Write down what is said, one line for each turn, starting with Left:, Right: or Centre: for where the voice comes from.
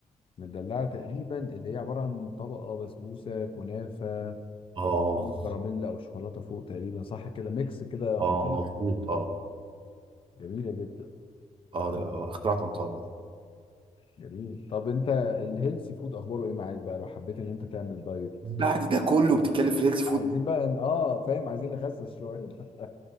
Left: مدلعة تقريبا اللي هي عبارة عن طبقة بسبوسة كنافة
Right: اه
Left: في كراميل أو شوكولاتة فوق تقريبا صح كده ميكس كده
Right: اه
Left: خطير
Right: مظبوط اه
Left: جميلة جدا
Right: اه ده اختراع طنطاوي
Left: جميل طب أنت الهيلثي فود أخباره إيه معاك بقى لو حبيت إن أنت تعمل دايت؟
Right: بعد ده كله بتتكلم في الهيلث فود
Left: عايزين بقى إن- آه فاهم عايزين نخسس شوية